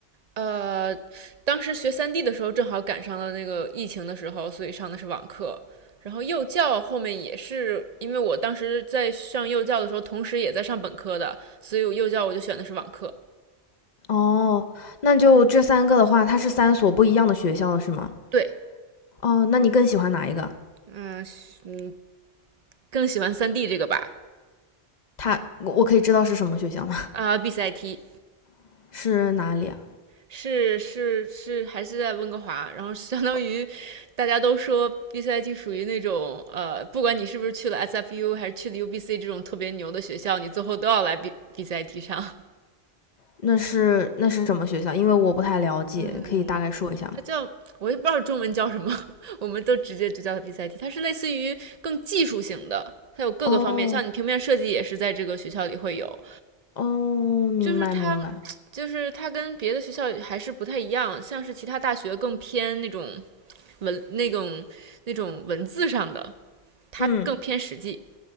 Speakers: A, on the right; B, on the left.
A: 呃，当时学三 D 的时候正好赶上了那个疫情的时候，所以上的是网课。然后幼教后面也是，因为我当时在上幼教的时候，同时也在上本科的，所以我幼教我就选的是网课。
B: 哦，那就这三个的话，它是三所不一样的学校了，是吗？
A: 对，
B: 哦，那你更喜欢哪一个？
A: 嗯嗯，更喜欢三 D 这个吧，
B: 它我我可以知道是什么学校吗？
A: 啊、呃 b c i t
B: <laughs> 是哪里啊？
A: 是是是，还是在温哥华，然后相当于大家都说
B: 哦
A: BCIT 属于那种呃，不管你是不是去了 SFU 还是去了 UBC 这种特别牛的学校，你最后都要来 B BCIT 上。
B: 那是那是什么学校？因为我不太了解，
A: <laughs> 嗯，
B: 可以大概说一下吗？
A: 它叫我也不知道中文叫什么，<laughs> 我们都直接就叫它 BCIT。它是类似于更技术型的，它有各个方面，
B: 哦，
A: 像你平面设计也是在这个学校里会有，
B: 哦，明白明白，
A: 就是它。就是它跟别的学校还是不太一样，像是其他大学更偏那种文那种那种文字上的，它更偏实际。
B: 嗯。